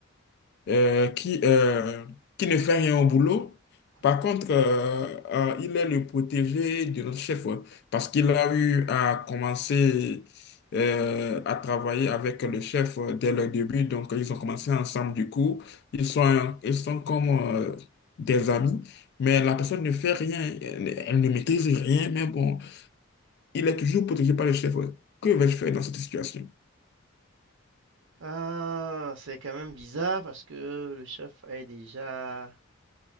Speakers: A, on the left; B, on the right.
A: euh, qui, euh, qui ne fait rien au boulot.
B: d'accord.
A: Par contre, euh, euh, il est le protégé de notre chef ouais, parce qu'il a eu à commencer euh, à travailler avec le chef euh, dès le début. Donc, ils ont commencé ensemble du coup. Ils sont, un- ils sont comme euh, des amis, mais la personne ne fait rien. Elle, elle ne maîtrise rien, mais bon, il est toujours protégé par le chef. ouais. Que vais-je faire dans cette situation?
B: Ah, c'est quand même bizarre parce que le chef est déjà,